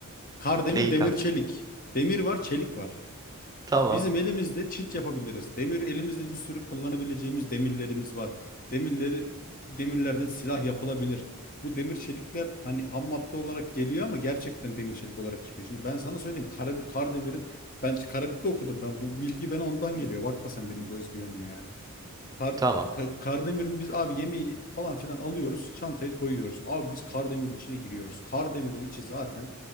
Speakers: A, on the left; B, on the right.
A: Kar demir
B: neyi
A: demir,
B: kanka?
A: çelik. Demir var, çelik var.
B: Tamam,
A: Bizim elimizde çit yapabiliriz. Demir elimizde bir sürü kullanabileceğimiz demirlerimiz var. Demirleri demirlerden silah yapılabilir. Bu demir çelikler hani ham madde olarak geliyor ama gerçekten demir çelik olarak çıkıyor. Şimdi ben sana söyleyeyim Karabük Kardemir'in ben Karabük'te okudum ben bu bilgi bana ondan geliyor. Bakma sen benim bu özgüvenime yani. Kar,
B: tamam.
A: Ka- Kardemir'in biz abi yemeği falan filan alıyoruz. Çantayı koyuyoruz. Abi biz Kardemir'in içine giriyoruz. Kardemir'in içi zaten